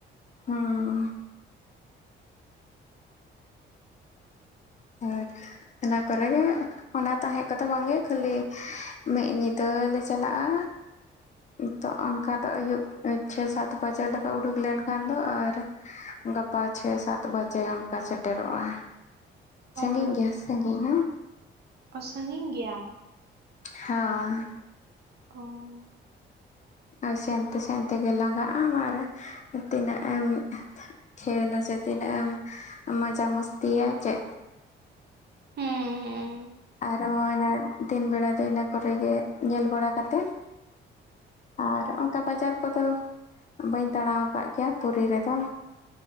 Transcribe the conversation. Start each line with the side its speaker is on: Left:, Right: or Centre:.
Left: ᱦᱮᱸ <inaudible> ᱦᱳᱭ ᱚᱱᱟ ᱠᱚᱨᱮ ᱜᱮ ᱚᱱᱟ ᱛᱟᱦᱮᱸ ᱠᱚᱫᱚ ᱵᱟᱝᱜᱮ ᱠᱷᱟᱹᱞᱤ ᱢᱤᱫ ᱧᱤᱫᱟᱹᱞ ᱞᱮ ᱪᱟᱞᱟᱜᱼᱟ ᱛᱚ ᱚᱱᱠᱟ ᱫᱚ ᱟᱹᱭᱩᱵ ᱪᱷᱚᱭ ᱥᱟᱛ ᱵᱟᱡᱮ ᱞᱮᱠᱟ ᱩᱰᱩᱠ ᱞᱮᱱᱠᱷᱟᱱ ᱫᱚ ᱟᱨ ᱜᱟᱯᱟ ᱪᱷᱮᱭ ᱥᱟᱛ ᱵᱟᱡᱮ ᱚᱱᱠᱟ ᱥᱮᱴᱮᱨᱚᱜᱼᱟ ᱥᱟᱺᱜᱤᱧ
Right: ᱚ
Left: ᱜᱮᱭᱟ ᱥᱟᱺᱜᱤᱧ ᱦᱚᱸ
Right: ᱚ ᱥᱟᱺᱜᱤᱧ ᱜᱮᱭᱟ
Left: ᱦᱚ
Right: ᱚ
Left: ᱟᱨ ᱥᱮᱱᱛᱮ ᱥᱮᱱ ᱛᱮᱜᱮᱢ ᱞᱟᱸᱟᱜᱼᱟᱢ ᱟᱨ ᱛᱤᱱᱟᱹᱜ ᱮᱢ ᱠᱷᱮᱞ ᱟᱥᱮ ᱛᱤᱱᱟᱹᱜ ᱮᱢ ᱢᱟᱡᱟ ᱢᱚᱥᱛᱤᱭᱟ ᱪᱮᱫ
Right: ᱦᱮᱸ ᱦᱮᱸ
Left: ᱟᱨᱚ ᱚᱱᱟ ᱫᱤᱱ ᱵᱮᱲᱟ ᱫᱚ ᱤᱱᱟᱹ ᱠᱚᱨᱮ ᱜᱮ ᱧᱮᱞ ᱵᱟᱲᱟ ᱠᱟᱛᱮᱫ ᱟᱨ ᱚᱱᱠᱟ ᱵᱟᱡᱟᱨ ᱠᱚᱫᱚ ᱵᱟᱹᱧ ᱫᱟᱬᱟ ᱟᱠᱟᱫ ᱜᱮᱭᱟ ᱯᱩᱨᱤ ᱨᱮᱫᱚ